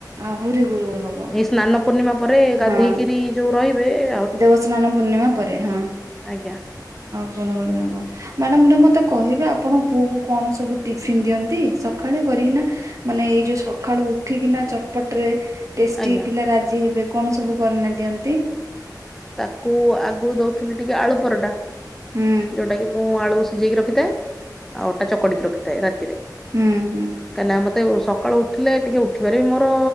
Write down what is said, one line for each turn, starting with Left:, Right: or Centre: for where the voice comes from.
Right: ଆହୁରି ଗୁଳୁଗୁଳି ହବ।
Centre: ଏଇ ସ୍ନାନ ପୂର୍ଣ୍ଣିମା ପରେ ଗାଧେଇକିରି
Right: ହଁ
Centre: ଯୋଉ ରହିବେ ଏ
Right: ଦେବସ୍ନାନ ପୂର୍ଣ୍ଣିମା ପରେ, ହଁ
Centre: ଆଜ୍ଞା
Right: ଆଉ କଣ କରି ହବ। ମ୍ୟାଡ଼ାମ୍ ତ ମୋତେ କହିବେ ଆପଣ ପୁଅ କୁ କଣ ସବୁ ଟିଫିନ୍ ଦିଅନ୍ତି ସଖାଳେ କରିକିନା? ମାନେ ଏଇ ଯୋଉ ସଖାଳୁ ଉଠିକିନା ଚଟପଟ୍ ରେ ଟେଷ୍ଟି
Centre: ଆଜ୍ଞା।
Right: ପିଲା ରାଜି ହେବେ କଣ ସବୁ କରନେ ଦିଅନ୍ତି?
Centre: ତାକୁ ଆଗରୁ ଦଉଥିଲି ଟିକେ ଆଳୁ ପରଟା,
Right: ହୁଁ
Centre: ଯୋଉଟା କି ମୁଁ ଆଳୁ ସି ସିଜେଇକି ରଖିଥାଏ। ଆଉ ଅଟା ଚକଡିକି ରଖିଥାଏ ରାତିରେ।
Right: ହୁଁ, ହୁଁ।
Centre: କାହିଁକିନା ମୋତେ ଉ, ସକାଳୁ ଉଠିଲେ ଟିକେ ଉଠିବାରେ ମୋର